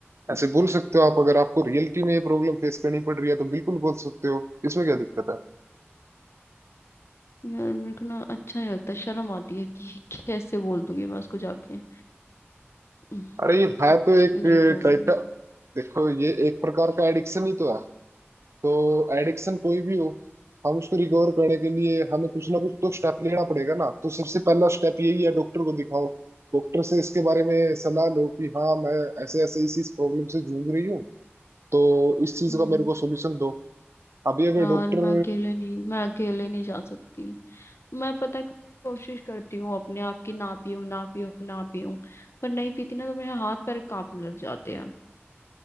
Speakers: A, on the right; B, on the left.
A: ऐसे बोल सकते हो आप अगर आपको रियलिटी में ये प्रॉब्लम फेस करनी पड़ रही है तो बिल्कुल बोल सकते हो इसमें क्या दिक्कत है
B: यार मेरे को ना अच्छा नहीं लगता शर्म आती है कि कैसे बोल दूंगी मैं उसको जाके हम्म,
A: अरे ये है
B: कुछ
A: तो एक
B: नहीं समझ
A: टाइप
B: में आना।
A: का देखो ये एक प्रकार का एडिक्शन ही तो है तो एडिक्शन कोई भी हो हम उसको रिकवर करने के लिए हमें कुछ ना कुछ तो स्टेप लेना पड़ेगा ना तो सबसे पहला स्टेप यही है डॉक्टर को दिखाओ डॉक्टर से इसके बारे में सलाह लो कि हाँ मैं ऐसे ऐसे इस इस प्रॉब्लम से जूझ रही हूँ तो इस चीज
B: हम्म
A: का मेरे को सोल्यूशन दो अभी अगर
B: यार
A: डॉक्टर
B: मैं अकेले नहीं मैं अकेले नहीं जा सकती मैं पता है कोशिश करती हूँ अपने आप की ना पीऊं ना पीऊं ना पीऊं पर नहीं पीती ना तो मेरे हाथ पैर कांपने लग जाते हैं